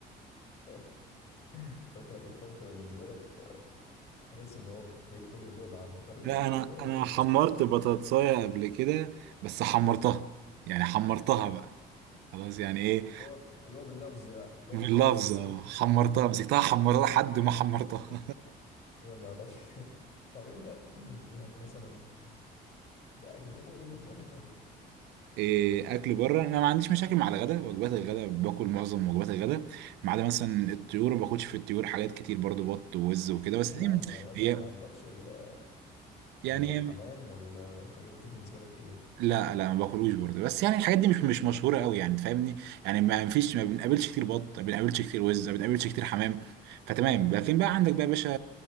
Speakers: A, on the left; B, on the right.
A: <laughs> شكلك الطبخ بالنسبة لك تحس ان هو بعيد كل البعد عنك طب انت
B: لا
A: بتاكل
B: انا
A: ايه من بره
B: انا
A: جاهز
B: حمرت
A: يعني
B: بطاطساية قبل كده بس حمرتها يعني حمرتها بقى خلاص يعني ايه
A: اللي هو اللي هو باللفظ بقى اللي هو
B: باللفظة
A: باللفظ <laughs>
B: حمرتها مسكتها حمرتها لحد ما حمرتها <laughs>
A: يا نهار أبيض. طب انت <clears throat> يعني مثلا بقى بتاكل ايه من بره طيب
B: إيه، اكل بره انا ما عنديش مشاكل مع الغداء وجبات الغداء باكل معظم وجبات الغداء ما عدا مثلا الطيور ما باكلش في الطيور حاجات كتير برضو بط ووز وكده
A: ايه
B: بس دي
A: يا عم يعني مثلا
B: هي
A: ما عندكش ال-
B: يعني
A: الحمام والحاجات دي بالنسبه لك ايه
B: لا لا ما باكلوش برضه بس يعني الحاجات دي مش مش مشهوره قوي يعني تفهمني يعني ما فيش ما بنقابلش كتير بط ما بنقابلش كتير وز ما بنقابلش كتير حمام فتمام لكن بقى عندك بقى يا باشا